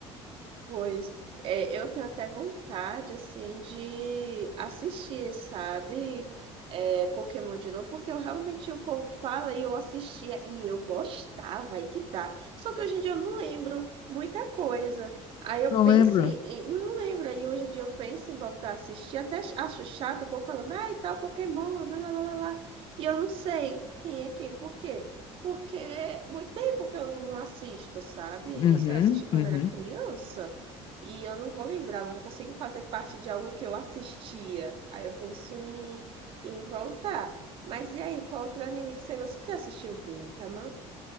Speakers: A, on the right; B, on the left.
A: Pois é, eu tenho até vontade, assim, de assistir, sabe? É, Pokémon de novo, porque eu realmente o povo fala e eu assistia e eu gostava, aí que tá. Só que hoje em dia eu não lembro muita coisa. Aí eu
B: Não
A: penso
B: lembro.
A: em, em- não lembro, aí hoje em dia eu penso em voltar a assistir, até ach- acho chato o povo falando, ai, tal Pokémon, lá, lá, lá, lá. lá". E eu não sei quem é quem, por quê? Porque é muito tempo que eu não assisto, sabe?
B: Uhum,
A: Isso eu assisti quando
B: uhum.
A: era criança. E eu não vou lembrar, não vou conseguir fazer parte de algo que eu assistia. Aí eu penso em, em voltar. Mas e aí, qual outro anime que você gosta? Você já assistiu Gintama?